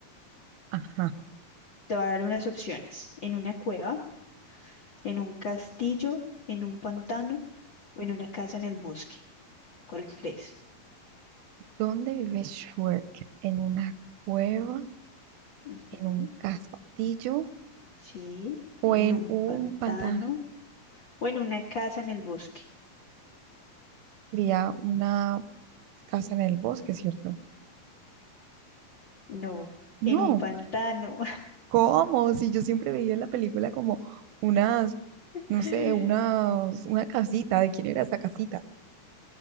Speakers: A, on the right; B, on the left.
A: Ajá.
B: Te voy a dar unas opciones. ¿En una cueva, en un castillo, en un pantano o en una casa en el bosque? ¿Cuál crees?
A: ¿Dónde vive Shrek? ¿En una cueva?
B: Ujú.
A: ¿En un castillo?
B: Sí,
A: o
B: en
A: en
B: un
A: un
B: pantano
A: pantano.
B: o en una casa en el bosque.
A: Quería una casa en el bosque, ¿cierto?
B: No, en
A: No,
B: un pantano.
A: ¿cómo? Si yo siempre veía en la película como unas,
B: <laughs>
A: no sé, unas, una casita, ¿de quién era esa casita?